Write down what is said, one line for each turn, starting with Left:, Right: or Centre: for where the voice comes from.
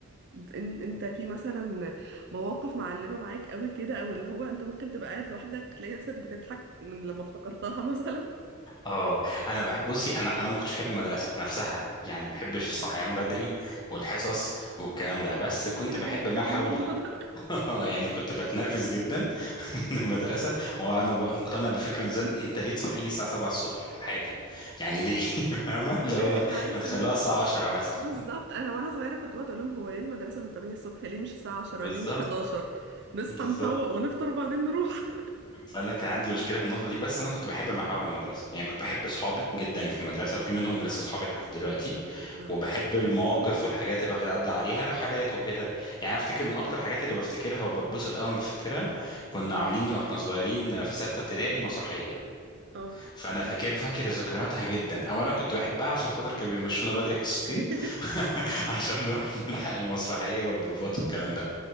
Right: بت- إن- انت في مثلا مواقف معلمة معاك قوي كده او اللي هو انت ممكن تبقى قاعد لوحدك تلاقي نفسك بتضحك من لما افتكرتها <laughs> مثلا
Left: اه انا بحب بصي انا انا ما كنتش بحب المدرسه نفسها يعني ما بحبش الصحيان بدري والحصص والكلام ده بس كنت
Right: مش فينا
Left: بحب
Right: كان بيحب
Left: ما حول
Right: الموضوع
Left: ال-
Right: ده
Left: <laughs> يعني كنت بتنرفز جدا <laughs> من المدرسه وانا ب- مقتنع بفكره ان زن- انت ليه تصحيني الساعه 7 الصبح الحاجه يعني ليه <laughs> فاهمه اللي هو
Right: أيوة، انت عارف
Left: ما تخلوها
Right: ان انا
Left: الساعه 10 مثلا
Right: بالظبط انا وانا صغيره كنت بقعد اقول لهم هو ليه المدرسه من 8 الصبح ليه مش الساعه 10
Left: بالظبط
Right: ليه مش 11 نصحى
Left: بالظبط
Right: نفوق ونفطر وبعدين نروح
Left: انا كان عندي مشكله في النقطه دي بس انا كنت بحب محاور المدرسه يعني كنت بحب اصحابي جدا اللي في المدرسه وفي منهم لسه اصحابي لحد دلوقتي
Right: اه
Left: وبحب المواقف والحاجات اللي الواحد عدى عليها رحلات وكده يعني أنا افتكر من اكتر الحاجات اللي بفتكرها وببسط قوي بفتكرها كنا عاملين واحنا صغيرين في سته ابتدائي مسرحيه
Right: اه
Left: فانا فاكر فاكر ذكرياتها جدا او انا كنت بحبها عشان خاطر كانوا بيمشونا بدري حصتين
Right: <laughs>
Left: <laughs> عشان نروح نلحق المسرحيه والبروفات والكلام ده